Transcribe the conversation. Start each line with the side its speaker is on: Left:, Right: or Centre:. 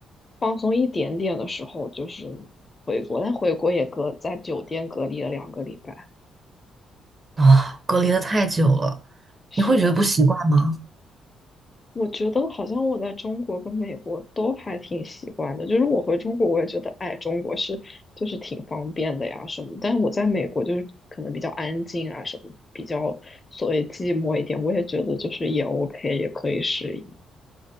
Left: 放松一点点的时候，就是回国，但回国也隔在酒店隔离了两个礼拜，
Right: 啊，隔离的太久了，
Left: 是。
Right: 你会觉得不习惯吗？
Left: 我觉得好像我在中国跟美国都还挺习惯的，就是我回中国我也觉得，哎，中国是就是挺方便的呀什么，但是我在美国就是可能比较安静啊什么，比较所谓寂寞一点，我也觉得就是也 OK，也可以适应。